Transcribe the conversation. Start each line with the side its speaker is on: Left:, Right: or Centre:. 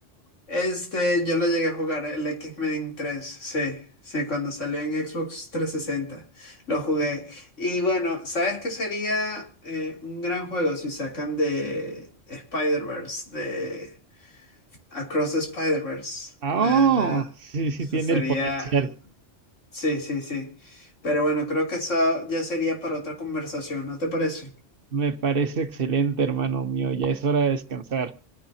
Left: Este, yo lo llegué a jugar, eh, el X-Men tres, sí, sí, cuando salió en Xbox trescientos sesenta, lo jugué. Y bueno, ¿sabes qué sería eh, un gran juego si sacan de Spider-Verse, de Across the Spider-Verse?
Right: Ah,
Left: La,
Right: oh,
Left: la,
Right: sí, sí
Left: eso
Right: tiene
Left: sería,
Right: el potencial.
Left: sí, sí, sí. Pero bueno, creo que eso ya sería para otra conversación, ¿no te parece?
Right: Me parece excelente, hermano mío. Ya es hora de descansar.